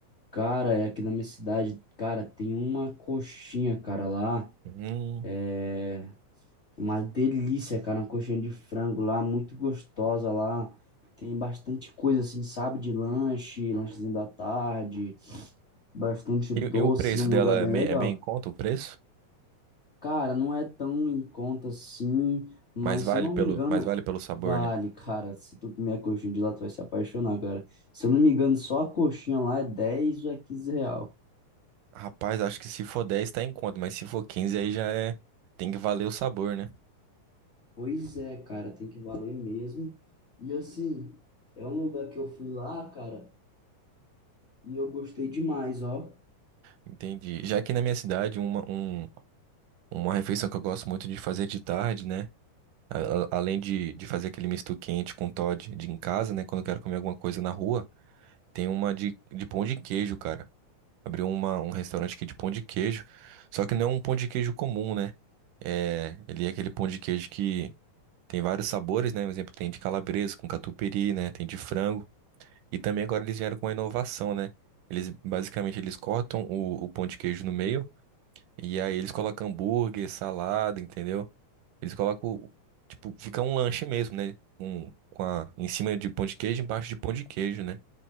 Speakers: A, on the left (about 35°); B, on the right (about 80°).
A: Cara, é aqui na minha cidade, cara, tem uma coxinha, cara, lá,
B: Hum.
A: é uma delícia, cara, uma coxinha de frango lá, muito gostosa lá, tem bastante coisa assim, sabe, de lanche, lanchezinho da tarde, bastante doces,
B: E, e o preço
A: um
B: dela
A: lugar bem
B: é bem,
A: legal.
B: é bem em conta, o preço?
A: Cara, não é tão em conta assim, mas
B: Mas vale
A: se eu não
B: pelo,
A: me engano,
B: mas vale pelo sabor,
A: vale,
B: né?
A: cara. Se tu comer a coxinha de lá, tu vai se apaixonar, cara. Se eu não me engano, só a coxinha lá é 10 ou é 15 real.
B: Rapaz, acho que se for 10 tá em conta, mas se for 15 aí já é. Tem que valer o sabor, né?
A: Pois é, cara, tem que valer mesmo. E assim, é um lugar que eu fui lá, cara, e eu gostei demais, ó.
B: Entendi. Já aqui na minha cidade, uma, um, uma refeição que eu gosto muito de fazer de tarde, né? A- a- além de, de fazer aquele misto quente com Toddy de em casa, né? Quando eu quero comer alguma coisa na rua, tem uma de, de pão de queijo, cara. Abriu uma, um restaurante aqui de pão de queijo. Só que não é um pão de queijo comum, né? É, ele é aquele pão de queijo que tem vários sabores, né? Por exemplo, tem de calabresa com catupiry, né? Tem de frango. E também agora eles vieram com uma inovação, né? Eles basicamente eles cortam o, o pão de queijo no meio e aí eles colocam hambúrguer, salada, entendeu? Eles colocam, o- tipo, fica um lanche mesmo, né? Um, com a, em cima de pão de queijo, embaixo de pão de queijo, né?